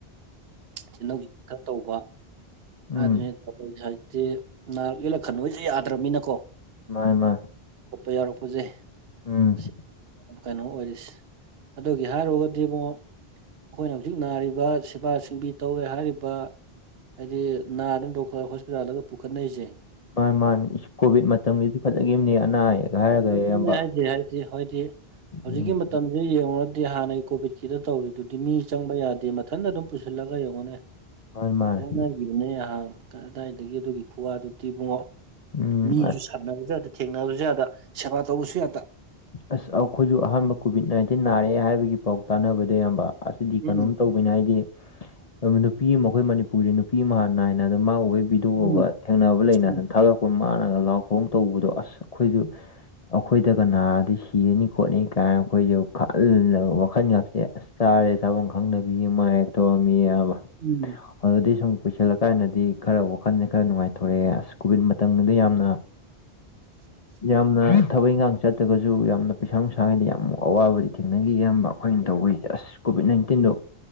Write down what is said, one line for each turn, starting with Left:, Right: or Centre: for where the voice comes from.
Right: ꯆꯊꯧ ꯆꯦꯟꯊꯟ ꯈꯔ ꯇꯧꯕ
Left: ꯎꯝ
Right: ꯍꯥꯏꯗꯅꯤ ꯇ <unintelligible> ꯁꯤ ꯅꯍꯛ ꯌꯨꯜꯂꯛ ꯀꯅꯨꯁꯦ ꯌꯥꯗ꯭ꯔꯕꯅꯤꯅꯀꯣ
Left: ꯃꯥꯏ ꯃꯥꯥꯏ
Right: ꯈꯣꯠꯄ ꯌꯥꯎꯔꯛꯄꯁꯦ
Left: ꯎꯝ
Right: ꯁꯤ ꯀꯩꯅꯣ ꯑꯣꯏꯔꯤꯁꯦ ꯑꯗꯨꯒꯤ ꯍꯥꯏꯔꯨꯔꯒꯗꯤꯕꯨ ꯑꯩꯈꯣꯏꯅ ꯍꯧꯖꯤꯛ ꯅꯥꯔꯤꯕ ꯁꯦꯕꯥ ꯁꯤꯡꯕꯤ ꯇꯧꯋꯦ ꯍꯥꯏꯔꯤꯕ ꯍꯥꯏꯗꯤ ꯅꯥꯗꯝ ꯗꯣꯛꯇꯔ ꯍꯣꯁꯄꯤꯇꯥꯜꯗꯒ ꯄꯨꯈꯠꯅꯔꯤꯁꯦ
Left: ꯃꯥꯥꯟ ꯃꯥꯥꯟ ꯀꯣꯚꯤꯠ ꯃꯇꯝꯒꯤꯗꯤ ꯐꯠꯂꯈꯤꯕꯅꯦ ꯑꯅꯥ ꯑꯌꯦꯛ ꯍꯥꯏꯔꯒ
Right: ꯑꯗꯨꯅꯦ
Left: ꯏꯌꯥꯝꯕ
Right: ꯍꯥꯏꯁ ꯍꯥꯏꯗꯤ ꯍꯥꯏꯗꯤ ꯍꯧꯖꯤꯛꯀꯤ
Left: ꯎꯝ
Right: ꯃꯇꯝ ꯁꯤ ꯌꯦꯡꯉꯨꯔꯗꯤ ꯍꯥꯟꯅꯒꯤ ꯀꯣꯚꯤꯠꯀꯤꯗ ꯇꯧꯔꯤꯗꯨꯗꯤ ꯃꯤ ꯆꯪꯕ ꯌꯥꯗꯦ ꯃꯊꯟꯗ ꯑꯗꯨꯝ ꯄꯨꯁꯤꯜꯂꯒ ꯌꯦꯡꯉꯨꯅꯦ
Left: ꯃꯥꯅꯤ ꯃꯥꯅꯤ
Right: ꯋꯥꯠꯅꯈꯤꯕꯅꯦ ꯑꯍꯥꯟ ꯀ ꯀꯗꯥꯏꯗꯒꯤ ꯑꯗꯨꯒꯤ ꯈꯨꯋꯥꯗꯨꯗꯤꯕꯨꯡꯉꯣ
Left: ꯎꯝ
Right: ꯃꯤꯁꯨ
Left: ꯑꯁ
Right: ꯁꯥꯟꯅꯕꯁꯨ ꯌꯥꯗ ꯊꯦꯡꯅꯕꯁꯨ ꯌꯥꯗ ꯁꯦꯕꯥ ꯇꯧꯕꯁꯨ ꯌꯥꯗ
Left: ꯑꯁ ꯑꯩꯈꯣꯏꯁꯨ ꯑꯍꯥꯟꯕ ꯀꯣꯚꯤꯠ ꯅꯥꯏꯟꯇꯤꯟ ꯅꯥꯔꯛꯑꯦ ꯍꯥꯏꯕꯒꯤ ꯄꯥꯎ ꯇꯥꯟꯅꯕꯗ ꯏꯌꯥꯝꯕ ꯑꯁꯤꯗꯤ ꯀꯩꯅꯣꯝ
Right: ꯎꯝ
Left: ꯇꯧꯕ ꯣꯏꯅ ꯍꯥꯏꯗꯤ ꯅꯨꯄꯤ ꯑꯃ ꯑꯩꯈꯣꯏ ꯃꯅꯤꯄꯨꯔꯒꯤ ꯅꯨꯄꯤ ꯑꯃ ꯍꯥꯟ ꯅꯥꯏꯅꯗ ꯃꯥ ꯎꯕꯒꯤꯕꯤ ꯊꯣꯛꯑꯒ
Right: ꯎꯝ
Left: ꯊꯦꯡꯅꯕ ꯂꯩꯅ
Right: ꯎꯝ
Left: ꯁ ꯊꯥꯒꯂꯛꯄ ꯃꯥꯥꯟꯂꯒ ꯂꯥꯎ ꯈꯣꯡ ꯇꯧꯕꯗꯣ ꯑꯁ ꯑꯩꯈꯣꯏꯁꯨ ꯑꯩꯈꯣꯏꯗ ꯀꯅꯥꯗꯤ ꯁꯤꯔꯅꯤ ꯈꯣꯠꯅꯤ ꯀꯥꯏꯅ ꯑꯩꯈꯣꯏꯁꯨ ꯈꯜꯂꯒ ꯋꯥꯈꯜ ꯉꯁꯦ ꯑꯁ ꯆꯥꯔꯦ ꯆꯥꯐꯝ ꯈꯪꯗꯕꯤ ꯑꯃ ꯍꯦꯛ ꯇꯧꯔꯝꯃꯤ ꯑꯕ
Right: ꯎꯝ
Left: ꯑꯗꯨꯗꯤ ꯁꯨꯝ ꯀꯣꯏꯁꯤꯜꯂꯀꯥꯟꯗꯗꯤ ꯈꯔ ꯋꯥꯈꯜꯁꯦ ꯈꯔ ꯅꯨꯡꯉꯥꯏꯊꯣꯔꯛꯑꯦ ꯑꯁ ꯀꯣꯚꯤꯗ ꯃꯇꯝꯗ ꯌꯥꯝꯅ ꯌꯥꯝꯅ ꯊꯕꯛ ꯏꯪꯈꯥꯡ ꯆꯠ ꯑꯗꯨꯒꯒꯁꯨ ꯌꯥꯝꯅ ꯄꯩꯁꯥ ꯅꯨꯡꯁꯥꯉꯗ ꯌꯥꯝ ꯑꯋꯥꯕꯗꯤ ꯊꯦꯡꯅꯈꯤ ꯑꯌꯥꯝꯕ ꯑꯩꯈꯣꯏꯅ ꯇꯧꯕꯁꯦ ꯑꯁ ꯀꯣꯚꯤꯠ ꯅꯥꯏꯟꯇꯤꯟꯗꯣ